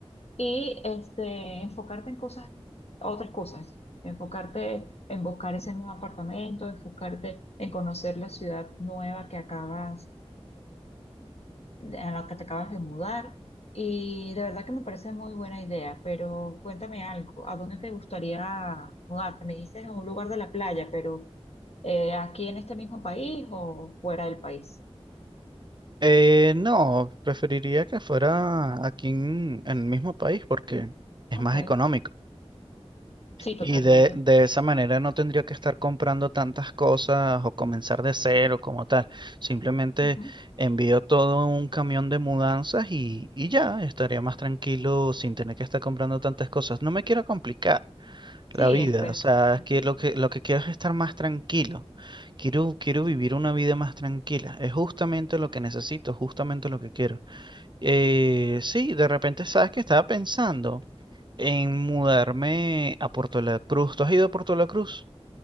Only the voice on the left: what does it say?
y este, enfocarte en cosas, otras cosas, enfocarte en buscar ese nuevo apartamento, enfocarte en conocer la ciudad nueva que acabas a la que te acabas de mudar. Y de verdad que me parece muy buena idea, pero cuéntame algo, ¿a dónde te gustaría mudarte? Me dices a un lugar de la playa, pero eh, ¿aquí en este mismo país o fuera del país?
Ok,
sí, totalmente.
Ujú.
Sí,
es pe-
preferido.